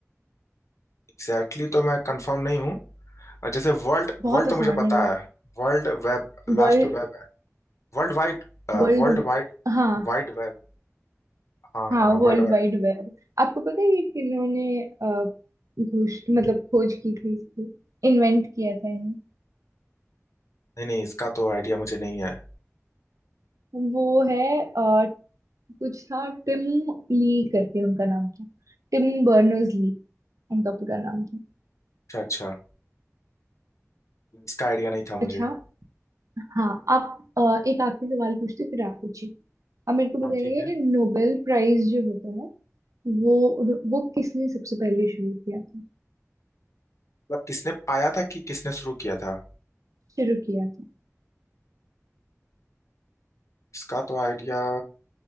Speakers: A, on the left; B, on the right.
A: एग्जैक्टली exactly तो मैं कंफर्म नहीं हूँ और जैसे वर्ल्ड
B: बहुत
A: वर्ल्ड
B: आसान
A: तो मुझे पता
B: है
A: है वर्ल्ड वेब
B: World
A: लास्ट वेब है World wide
B: world
A: World wide
B: हाँ
A: wide web हाँ
B: हाँ
A: हाँ
B: वर्ल्ड
A: वर्ल्ड वाइड
B: वाइड वेब आपको पता है ये किन्होंने अ, घोष मतलब खोज की थी इसकी इन्वेंट किया था इन्हें
A: नहीं नहीं इसका तो आइडिया मुझे नहीं है
B: वो है कुछ था टिम ली करके उनका नाम था टिम बर्नर्स ली उनका पूरा नाम था
A: अच्छा अच्छा इसका आइडिया नहीं था
B: अच्छा
A: मुझे
B: हाँ आप अ, एक आखिरी सवाल पूछते फिर आप पूछिए अब मेरे को बताइए
A: हाँ ठीक है
B: नोबेल प्राइज जो होता है वो वो किसने सबसे पहले शुरू किया था
A: मतलब किसने पाया था कि किसने शुरू किया था
B: शुरू किया था
A: इसका तो आइडिया